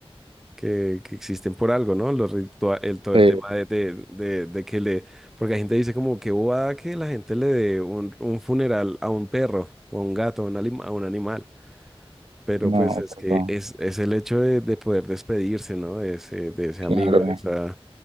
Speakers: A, in the centre; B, on the right.
A: que, que existen por algo, ¿no? Los ritua- el, todo
B: Sí.
A: el tema de, de, de- de que le... Porque la gente dice como que bobada que la gente le dé un, un funeral a un perro o a un gato, a un, alim- a un animal. Pero
B: No,
A: pues es
B: pero
A: que es, es el hecho de, de poder despedirse, ¿no? De ese, de ese
B: claro.
A: amigo, de esa,